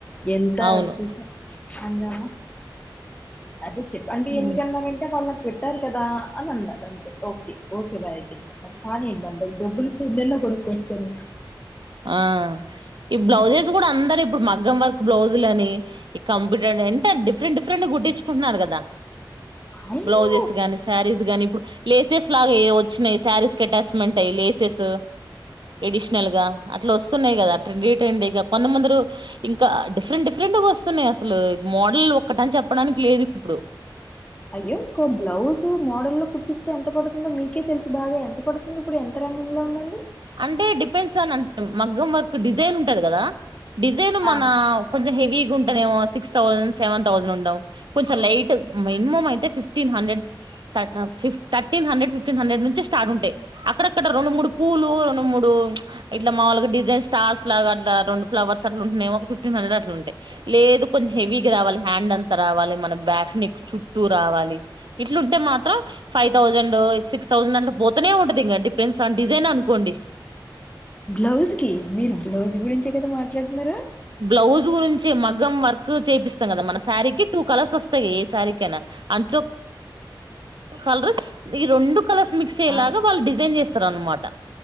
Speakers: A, on the left (about 15°); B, on the right (about 70°).
A: ఎంత
B: అవును
A: చూసారు హంగా. అదే చెప్పండి ఎందుకన్నారంటే
B: ఉమ్,
A: వాళ్ళు నాకు పెట్టారు కదా అని అన్నారు అంతే ఓకే ఓకే. మరిండి కానీ మరి తాన డబ్బులతో ఎన్నైనా కొనుక్కోవచ్చు కదా.
B: ఆ ఈ
A: ఆ
B: బ్లౌజెస్
A: నేను అలా
B: గుడ అందరు ఇప్పుడు మగ్ గం వర్క్ బ్లౌజులని, ఈ కంప్యూటర్ ఎంట డిఫరెంట్ డిఫరెంట్ గుట్టించుకుంటున్నారు కదా.
A: అవును
B: బ్లౌజెస్ గని, శారీస్ గనీ ప్పు లేసెస్ లాగా ఏవచ్చినయి, శారీస్ కి అటాచ్మెంట్ అయి లేసెసు ఎడిషనల్గా. స్తున్నాయి కదీ ట్రెండీ ట్రెండీగా కొందమందరు ఇంకా డిఫరెంట్ డిఫరెంట్ గా వస్తున్నయి అసలు మోడల్ ఒటని చెప్పడానికి లేదు ఇప్పుడు.
A: అయ్యో ఒక్కో బ్లౌజ్ మోడల్ లో కుట్టిస్తే ఎంత పడుతుందో మీకే తెలుసు బాగా, ఎంత పడుతుందో ఇప్పుడు ఎంత రన్నింగ్లో ఉందండి.
B: అంటే డిపెండ్స్ అన్ అం ట్ మగ్గం వర్కు డిజైన్ ఉంటది కదా. డిజైన్
A: ఆ
B: మన కొంచెం హెవ్ వీక్ గుంటేనేమో సిక్స్ థౌజండ్, సెవెన్ థౌజండ్ ఉండాం. కొంచెం లైట్ మినిమం అయితే ఫిఫ్టీన్ హండ్రెడ్ థ ఆ ఫిఫ్ థర్టీన్ హండ్రెడ్, ఫిఫ్టీన్ హండ్రెడ్ నుంచి స్టార్ట్ ఉంటయి, అక్కడక్కడ రెండు మూడు పూలు రెండు మూడు ప్చ్ ఇట్లా మామూలుగా డిజైన్ స్టార్ లాగా అట్లా రెండు ఫ్లర్స్ అట్లా ఉంటన్నయి, ఒక ఫిఫ్టీన్ హండ్రెడ్ అట్లా ఉంటాయి లేదు కొంచెం హెవీగా రావాలి హ్యాండ్ అంత రావాలి, మన బ్యాక్ నెక్ చుట్టూ రావాలి ఇ ఇట్లు ఉంటే మాత్రం ఫైవ్ థౌజండ్ సిక్స్ థౌసండ్ అట్ల పోతనే ఉంటది ఇంకా, డిపెండ్స్ ఆన్ డిజైన్ అనుకోండి.
A: బ్లౌజ్ కి మీరు బ్లౌజ్ గురించే కదా మాట్లాడుతున్నారు
B: బ్లౌజ్ గురించి మగ్గం వర్క్ చేపిస్తాం కదా మన శారీకి టూ కలర్స్ వస్తయి ఏ శారీకైనా. అంచు కలర్స్ ఈ రెండు కలర్స్ మిక్స్ అయ్యేలాగా
A: ఆ
B: వాళ్ళు డిజైన్ చేస్తరు అనమాట.